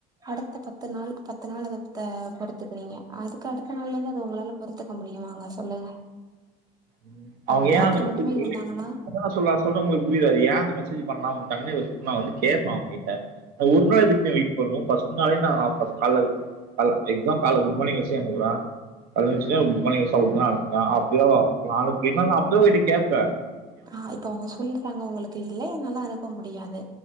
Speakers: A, on the right (about 25°); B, on the right (about 65°).
A: அடுத்த பத்து நாள் பத்து நாள் அத த பொறுத்திக்குறீங்க அதுக்கு அடுத்த நாள்லந்து அத உங்களால பொருத்துக்க முடியுமாங்க சொல்லுங்க
B: ம்
A: அவங்க
B: அவுங்க ஏ
A: பாத்துட்டு
B: அந்த <unintelligible>
A: மட்டுமே இருந்தாங்கன்னா
B: என்ன சொல்ல நா சொல்றது உங்களுக்கு புரியுதா ஏன் அந்த மெசேஜ் பண்ணாம உட்டாங்கன் இவ சொன்னா நா வந்து கேப்ப அவங்ககிட்ட ஆ ஒரு நாள் எதுக்குங்க வெயிட் பண்ணணு ஃபர்ஸ்ட் நாலே நா கால கால எக்ஸாம் கால்ல குட் மார்னிங் எஸ்சே அமுக்குற கால்ல எந்ச்சோனே குட் மார்னிங் எஸ் அனுப்புனா அனுப்புவ அப்டியு அவ அனுப்பலினா அப்பவே அவகிட்ட கேப்ப
A: ஆ இப்ப அவங்க சொல்றாங்க ஒங்களுக்கு இல்ல என்னால அனுப்ப முடியாது